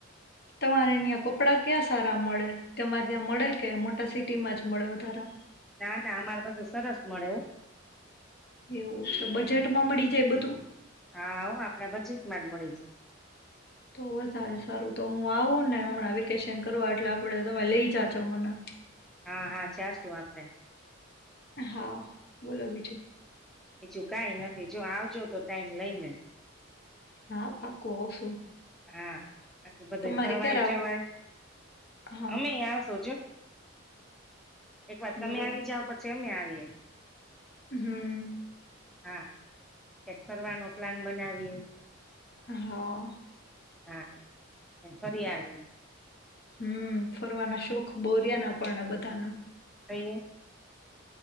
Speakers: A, on the left; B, in the centre.
A: તમારે ન્યાં કપડાં ક્યાં સારા મળે? તમારે ત્યાં મળે કે મોટા સિટીમાં જ મળે વધારે?
B: ના, ના, અમાર બધું સરસ મળે હોં.
A: એવું છે, તો બજેટ માં મળી જાય બધું?
B: હા, ઓ આપણે બજેટમાં જ મળી જાય.
A: તો વધારે સારું. તો હું આવું ને હમણાં વેકેશન કરવા એટલે આપડે તમે લઈ જાજો મને.
B: હા, હા, જાશું આપડે.
A: હા, બોલો બીજું?
B: બીજું કઈ નથી, જો આવજો તો ટાઈમ લઈને.
A: હા, પાકું આવશું.
B: હા. આટલે બધાએ
A: તમારે
B: ફરવાએ
A: ક્યારે આવું
B: જવાય
A: હા
B: અમેય આવશું જો. એક વાર તમે
A: બરોબર
B: આવી જાઓ પછી કે અમે આવીએ?
A: હમ્મ.
B: હા, ક્યાંક ફરવાનો પ્લાન બનાવીએ.
A: હા.
B: હા. ને ફરી આવીએ.
A: હમ્મ, ફરવાના શોખ બો રિયાના આપણના બધાના.
B: <unintelligible>